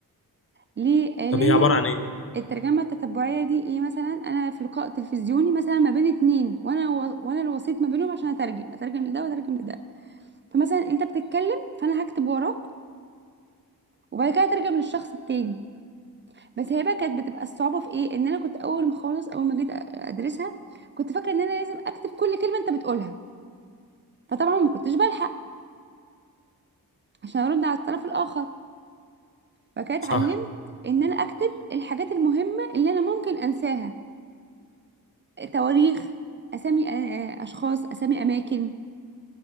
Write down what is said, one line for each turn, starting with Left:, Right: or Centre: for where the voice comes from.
Right: ليه؟ آه،
Left: طب
Right: لأن
Left: هي عبارة عن ايه
Right: الترجمة التتبعية دي إيه مثلا أنا في لقاء تلفزيوني مثلا ما بين اتنين وأنا و... وأنا الوسيط ما بينهم عشان أترجم أترجم لده وأترجم لده فمثلا أنت بتتكلم فأنا هكتب وراك وبعد كده أترجم للشخص التاني بس هي بقى كانت بتبقى الصعوبة في إيه؟ إن أنا كنت أول ما خالص أول ما جيت أ- أدرسها كنت فاكرة إن أنا لازم أكتب كل كلمة أنت بتقولها فطبعا ما كنتش بلحق عشان ارد على الطرف الاخر فكده اتعلمت
Left: صح
Right: ان انا اكتب الحاجات المهمه اللي انا ممكن انساها تواريخ اسامي آه، اشخاص اسامي اماكن